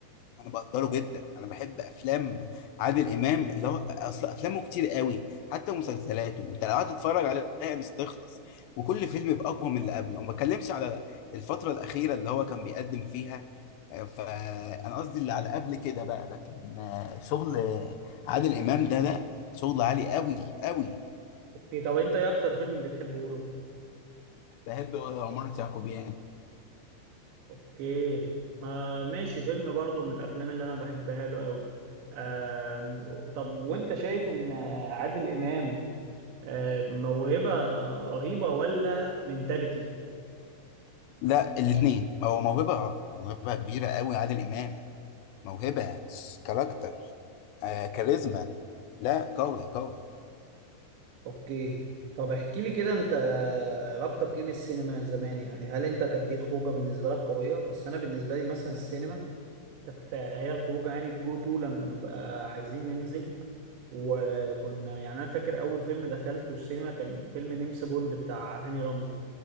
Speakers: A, on the left; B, on the right.
A: بقدره جدا أنا بحب أفلام عادل إمام اللي هو أصل أفلامه كتير قوي حتى مسلسلاته أنت لو قعدت تتفرج عليها مش تخلص وكل فيلم يبقى أقوى من اللي قبله ما بتكلمش على الفترة الأخيرة اللي هو كان بيقدم فيها آه، فأنا قصدي اللي على قبل كده بقى لكن آه، شغل آه، عادل إمام ده لا شغل عالي قوي قوي
B: اوكي طب انت ايه اكتر فيلم بتحبه له؟
A: بحب عمارة يعقوبيان
B: اوكي ما ماشي فيلم برضو من الافلام اللي انا بحبها له قوي آم، طب وانت شايف ان آه، عادل امام آه، موهبة رهيبة ولا منتاليتي؟
A: لا الاثنين هو موهبة موهبة كبيرة قوي عادل إمام موهبة كاركتر آه كاريزما لا قوي قوي
B: اوكي طب احكي لي كده انت علاقتك ايه بالسينما زمان يعني هل انت كانت دي خروجه بالنسبه لك قويه اصل انا بالنسبه لي مثلا السينما كانت هي الخروجه يعني الجو تو لما نبقى عايزين ننزل وكنا يعني انا فاكر اول فيلم دخلته السينما كان فيلم نمس بوند بتاع هاني رمزي